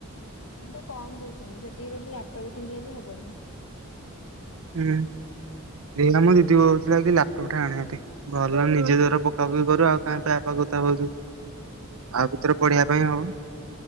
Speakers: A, on the left (about 70°); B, on the right (about 70°).
A: ସେଇଟା କମ ଦଉଛନ୍ତି ସେତିକିରେ ଗୋଟେ ଲାପଟପ୍ କିଣିଲେ ବି ହବନି।
B: ହୁଁ ହେଇ ଆମ ଦିଦି କହୁଥିଲା କି ଲାପଟପ୍ ଟା ଆଣିଆ ଭାରି। ଭଲ ନିଜେ ଯୋଭରା ପକା ପକି କରିବ ଆଉ କାହିଁ ଆପାଖକୁ ତା ପାଖକୁ ଯିବୁ। ଆ ଭିତରେ ପଢିବା ପାଇଁ ହଉ।